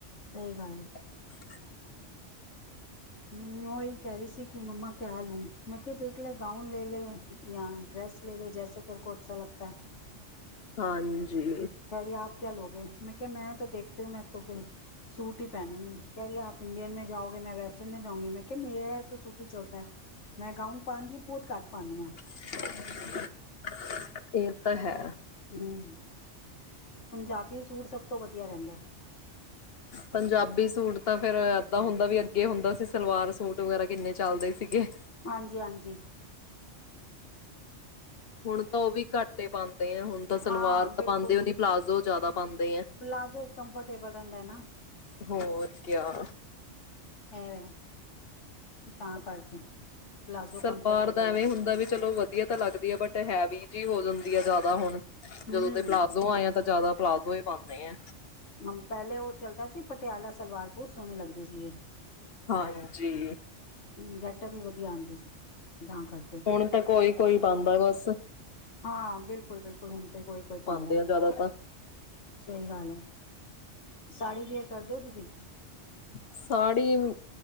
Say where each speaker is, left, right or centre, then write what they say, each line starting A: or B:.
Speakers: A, on the left; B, on the left.
A: ਸਹੀ ਗੱਲ ਹੈ
B: <unintelligible>
A: ਹਮ ਉਹੀ ਕਹਿ ਰਹੀ ਸੀ। ਕਿ ਮੰਮਾ ਕਿਆ ਲੂ? ਮੈਂ ਕਿਹਾ ਦੇਖ ਲੈ ਗਾਊਨ ਲੇ ਲੇ ਯਾ ਡ੍ਰੈਸ ਲੇ ਲੇ ਜੈਸੇ ਤੇਰਕੋ ਅਛਾ ਲੱਗਤਾ ਹੈ।
B: ਹਾਂਜੀ
A: ਕਹਿ ਰਾਹੀਂ ਆਪ ਕਿਆ ਲਓਗੇ ਮੈਂ ਕਿਹਾ ਮੈਂ ਤਾਂ ਦੇਖਤੀ ਹੂ ਮੈਂ ਤੋਂ ਫਿਰ ਸੂਟ ਹੀ ਪਹਿਨੂੰਗੀ। ਕਹਿ ਰਹੀ ਹੈ ਆਪ ਇੰਡੀਅਨ ਮੇ ਜਾਉਗੇ ਮੈਂ ਵੈਸਟਨ। ਚਲੀ ਜਾਉਂਗੀ ਮੈਂ ਕਿਹਾ ਮੇਰੇ ਤੋਂ ਸੂਟ ਹੀ ਚੱਲਤਾ ਹੈ ਮੈਂ ਗਾਊਨ ਪਾਉਂਦੀ ਬਹੁਤ ਘੱਟ ਪਾਨੀ ਹਾਂ।
B: <unintelligible> ਇਹ ਤੇ ਹੈ
A: ਹਮ ਪੰਜਾਬੀ ਸੂਟ ਸਭ ਤੋਂ ਵਧੀਆ ਰਹਿੰਦਾ
B: ਪੰਜਾਬੀ ਸੂਟ ਤਾਂ ਫੇਰ ਇਦਾਂ
A: ਹਮ
B: ਹੁੰਦਾ ਵੀ ਅੱਗੇ ਹੁੰਦਾ ਸੀ। ਤੇ ਸਲਵਾਰ ਸੂਟ ਵਗੈਰਾ ਕਿੰਨੇ ਚੱਲਦੇ ਸੀ ਗੇ।
A: ਹਾਂਜੀ-ਹਾਂਜੀ।
B: ਹੁਣ ਤਾਂ ਉਹ ਵੀ ਘੱਟੇ ਪਾਉੰਦੇ ਆ ਹੁਣ ਤਾਂ ਸਲਵਾਰ
A: ਹਾਂ
B: ਤਾਂ
A: ਬਿਲਕੁਲ
B: ਪਾਉਂਦੇ ਹੀ ਨਹੀ ਪਲਾਜ਼ੋ ਜ਼ਿਆਦਾ ਪਾਨਦੇ ਆ
A: ਪਲਾਜ਼ੋ ਕੰਫਰਟੇਬਲ ਰਹਿੰਦਾ ਹੈ ਨਾ
B: ਹੋਰ ਕਿਆ
A: ਹੈ ਵੇ ਤਾਂ ਕਰਕੇ ਪਲਾਜ਼ੋ
B: ਸਲਵਾਰ
A: ਕੰਫਰਟੇਬਲ
B: ਦਾ ਐਵੇਂ ਹੁੰਦਾ ਵੀ ਚਲੋ ਵਧੀਆ ਤਾਂ ਲੱਗਦੀ ਹੈ ਬਟ ਹੈ ਬੀਜੀ ਹੋ ਜਾਂਦੀ ਹੈ ਜ਼ਿਆਦਾ ਹੁਣ।
A: ਹਮ
B: ਜਦੋਂ ਦੇ ਪਲਾਜ਼ੋ ਆਏ ਤਾਂ ਜ਼ਿਆਦਾ ਪਲਾਜ਼ੋ ਹੀ ਪਾਉਂਦੇ ਐ।
A: ਹਮ ਪਹਿਲੇ ਉਹ ਚੱਲਦਾ ਸੀ ਪਟਿਆਲਾ ਸਲਵਾਰ ਬਹੁਤ ਸੋਹਣੀ ਲੱਗਦੀ ਸੀ।
B: ਹਾਂਜੀ।
A: ਹੂ ਗੱਟ ਵੀ ਵਧੀਆ ਆਉਂਦੀ ਸੀ। ਤਾਂ ਕਰਕੇ
B: ਹੁਣ ਤਾਂ ਕੋਈ ਕੋਈ ਪਾਉਂਦਾ ਬਸ।
A: ਹਾਂ ਬਿਲਕੁਲ ਬਿਲਕੁਲ ਹੁਣ ਤੇ ਕੋਈ ਕੋਈ ਪਾਉਂਦਾ,
B: ਪਾਂਦੇ ਆ ਜ਼ਿਆਦਾ ਤਾਂ
A: ਸਹੀ ਗੱਲ ਏ। ਸਾੜੀ ਵੇਅਰ ਕਰਦੇਓ ਤੁਸੀਂ?
B: ਸਾੜੀ ਮ